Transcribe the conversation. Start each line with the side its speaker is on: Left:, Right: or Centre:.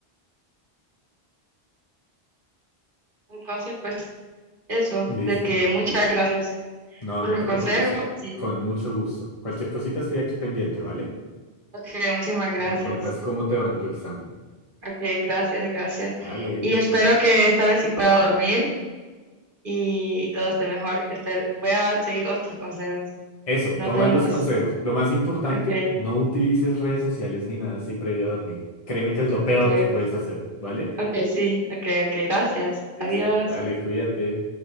Right: entonces pues sí, eso,
Left: Listo.
Right: de que muchas gracias
Left: No,
Right: por
Left: no
Right: los
Left: te
Right: consejos
Left: preocupes.
Right: y
Left: Con mucho gusto. Cualquier cosita estoy aquí pendiente, ¿vale?
Right: ok, muchísimas gracias.
Left: Me cuentas cómo te va en tu examen.
Right: Ok, gracias, gracias.
Left: Dale.
Right: Y espero que esta vez sí pueda dormir y todo esté mejor. Espero- voy a seguir todos tus consejos.
Left: Eso,
Right: Nos
Left: toma
Right: vemos.
Left: los consejos. Lo más importante,
Right: Okay,
Left: no utilices redes sociales ni nada así previo a dormir. Créeme que es lo peor
Right: okay,
Left: que puedes hacer, ¿vale?
Right: okay, sí, okay, okay, gracias.
Left: Listo.
Right: Adiós.
Left: Dale, cuídate.